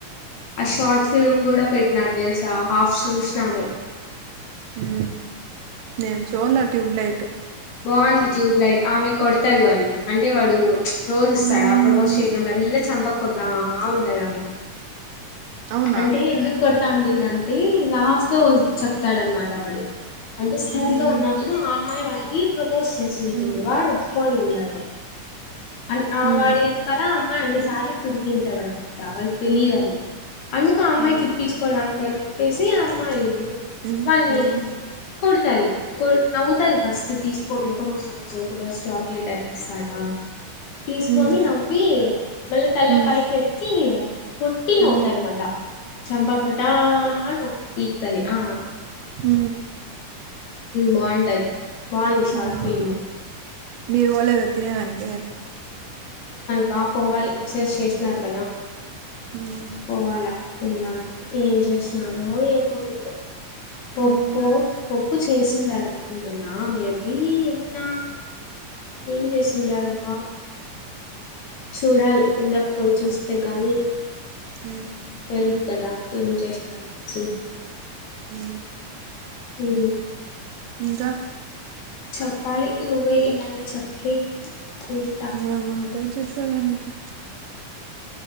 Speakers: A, on the left; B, on the right.
A: ఆ షార్ట్ ఫిల్మ్ కూడా పెట్టిన తెలుసా హాఫ్ చూసినాము
B: హ నేను చూడల ట్యూబ్లైట్
A: బంది ట్యూబ్లాైట్ ఆమె కొడతదివన్నీ అంటే వాడు రోజు ఇస్తాడు
B: మ్మ్
A: ఆ ప్రపోజ్ చేసినప్పుడు అల్ చంపక కొడతా ఉంటదామె
B: అవునా
A: అంటే ఎందుకు కొడతా ఉంటుందంటే లాస్ట్ లో చెప్తాడనమాట వాడు అంటే స్కూల్లో
B: మ్మ్
A: ఉన్నప్పుడు మయవ ఈ ప్ర కోర్స్ చేసింట
B: మ్మ్
A: వాడు ఒప్పుకొని వెళ్ళడు అ ఆ
B: మ్మ్
A: వాడ ఏది కదా ఆ అమ్మాయి అన్ని సార్లు తిరిగింటాడు అనమాట వాళ్ళ తెలియదు
B: మ్మ్
A: అది అందుకు ఆ అమ్మాయి
B: మ్మ్
A: తిప్పించుకోవడానినికిని చెప్పేసి అమ్ ప
B: మ్మ్
A: మళ్ళీ
B: మ్మ్
A: కుడతది కు నవ్వుతది ఫస్ట్ కొనే కొ రోజో కొన జాబ్ లీటర్ తీ ఇస్తాడా తీసుకొని
B: మ్మ్
A: నవ్వి మళ్ళీ
B: మ్మ్
A: తెల్ల పైకి ఎత్తి కొట్టి
B: మ్మ్
A: నవ్వుతాది మళ్ళా చంపకుడా నవ్వు పీతది ఆ
B: హ
A: బాగుంటది బాగుంది షార్ట్
B: మ్మ్
A: ఫిల్మ్
B: మీరు పోలేదా తినేదాననికి
A: కా పోవాలి విషెస్ చేసినా కదా
B: మ్మ్
A: పోవాల తినడానికి ఏం చేస్తున్నారు ఏం అ పప్పు
B: ఉమ్
A: పప్పు చేసిండారం టందమ్ ఎబ ఎన్నా ఏం చేసింటారబ్బా చూడాలి కిందకి పోయి చూస్త అ కానీ
B: హ
A: తెలీదు కదా ఏం చేసినార అనేసి
B: అ
A: హ
B: ఇంకా
A: చెప్పాలి నువ్వే ఏమైనా చెప్తే వింటా
B: ఏముంటాయి చెప్పేదానికి